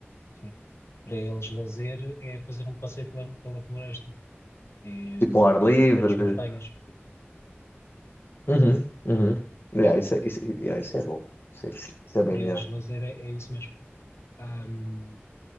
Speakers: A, on the left; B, on the left.
A: sim. Para eles, lazer é fazer um passeio pela, pela floresta, é,
B: tipo
A: hum,
B: ao ar
A: é
B: livre.
A: ir ver as montanhas.
B: Uhum, uhum. Yeah, isso, é, isso, yeah, isso é bom. Isso, é- isso é bem
A: para
B: melhor.
A: eles lazer é, é isso mesmo. Ahm,